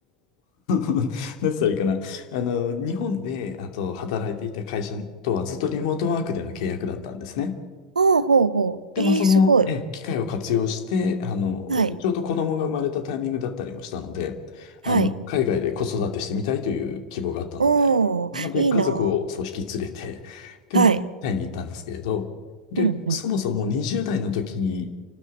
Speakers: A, on the left (about 65°); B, on the right (about 90°).
A: <laughs> 何つったらいいかな。あの、日本で、あと、働いていた会社とはずっとリモートワークでの契約だったんですね。
B: ああ、ほうほう。
A: で、
B: ええすごい。
A: まあ、その、ええ、機会を活用して、あの、
B: はい。
A: ちょうど子供が生まれたタイミングだったりもしたので、
B: はい。
A: あの、海外で子育てしてみたいという希望があったので、
B: おー、
A: まあ、で、
B: いいなー。
A: 家族をそう引き連れて、で、
B: はい。
A: タイに行ったんですけれど、で、
B: うんうん。
A: そもそも20代の時